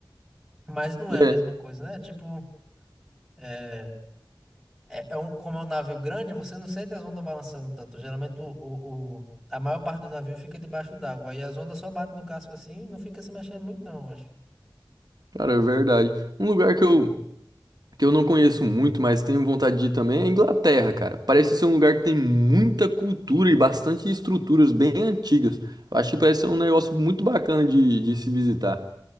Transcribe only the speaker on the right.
É,
cara, é verdade. Um lugar que eu, que eu não conheço muito, mas tenho vontade de ir também é a Inglaterra, cara. Parece ser um lugar que tem muita cultura e bastante estruturas bem antigas. Eu acho que parece ser um negócio muito bacana de, de se visitar.